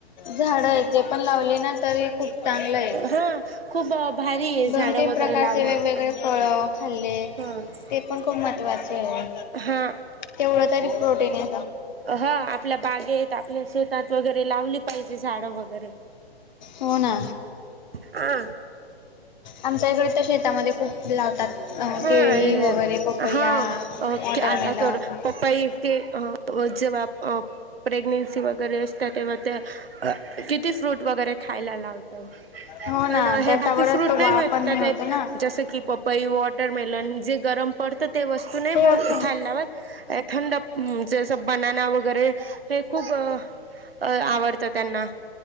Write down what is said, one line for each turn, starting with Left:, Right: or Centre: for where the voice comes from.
Left: झाड आहे ते पण लावले ना तरी खूप चांगलंय
Right: हा खूप भारी आहे
Left: दोन,
Right: झाडं
Left: तीन प्रकारचे
Right: वगैरे लावली.
Left: वेगवेगळे फळ खाल्ले
Right: <unintelligible>
Left: ते पण खूप महत्त्वाचे आहे
Right: हा
Left: तेवढं तरी प्रोटीन.
Right: हा आपल्या बागेत आपल्या शेतात वगैरे लावली पाहिजे झाडं वगैरे
Left: हो ना.
Right: हा
Left: आमच्या इकडे तर शेतामध्ये. खूप लावतात
Right: हा
Left: केळी वगैरे पपैया,
Right: हा
Left: वाॅटरमेलन.
Right: आता तर पपई ते अ अ, जेव्हा प्रेग्नेन्सी वगैरे असतात तेव्हा त्या किती फ्रूट वगैरे खायला लावतो.
Left: हो
Right: पण
Left: ना
Right: हे
Left: त्याच्यावरच
Right: बाकी फ्रूट
Left: तो
Right: नाही
Left: बाळ
Right: म्हणतात
Left: पण नाही होतो ना
Right: जसं की पपई, वट वाॅटरमेलन जे गरम पडतं ते वस्तू नाही
Left: ते
Right: बोल
Left: असं
Right: खायला लावत थंड. हम्म जसं बनाना वगैरे हे खूप. आवडतं त्यांना